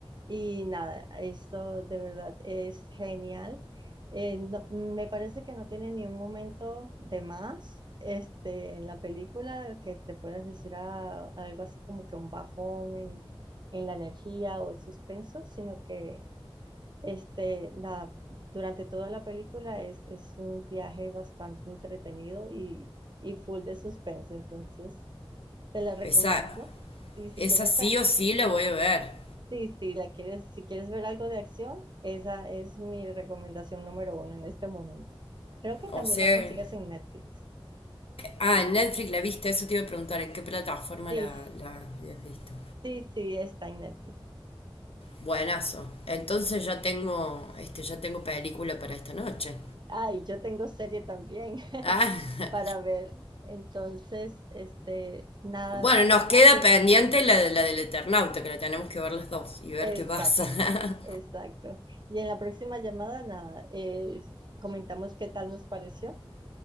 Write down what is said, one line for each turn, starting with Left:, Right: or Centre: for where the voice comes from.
Right: Y nada, eso de verdad es genial. Eh, no- me parece que no tiene ni un momento de más este, en la película que te puedas decir ah, algo así como que un bajón en, en la energía o el suspenso, sino que... Este, nada, durante toda la película es, es un viaje bastante entretenido y, y full de suspense, entonces te la recomiendo.
Left: Esa,
Right: Sí, si
Left: esa
Right: quieres,
Left: sí
Right: <laughs>
Left: o sí la voy a ver.
Right: sí, sí, la quieres, si quieres ver algo de acción, esa es mi recomendación número uno en este momento. Creo que también
Left: O sea,
Right: la consigues en Netflix.
Left: ah, en Netflix la viste, eso te iba a preguntar, ¿en qué plataforma
Right: Sí,
Left: la, la habías visto?
Right: sí, sí, está en Netflix.
Left: Buenazo. Entonces ya tengo, este, ya tengo película para esta noche.
Right: Ay, yo tengo serie también <laughs>
Left: Ah, <laughs>
Right: para ver. Entonces, este, nada,
Left: bueno, nos
Right: en
Left: queda
Right: la, pre-
Left: pendiente la, de- la del Eternauta, que la tenemos que ver las dos y ver
Right: Exacto,
Left: qué pasa. <laughs>
Right: exacto. Y en la próxima llamada, nada, eh, comentamos qué tal nos pareció.